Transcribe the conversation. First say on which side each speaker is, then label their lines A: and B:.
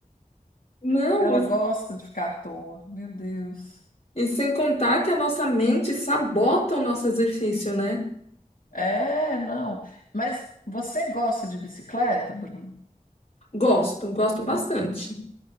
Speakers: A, on the left (about 45°); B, on the left (about 75°).
A: não,
B: Ela
A: e,
B: gosta de ficar à toa, meu Deus.
A: e sem contar que a nossa mente sabota o nosso exercício, né?
B: É, não. Mas você gosta de bicicleta, Bruno?
A: Gosto, gosto bastante.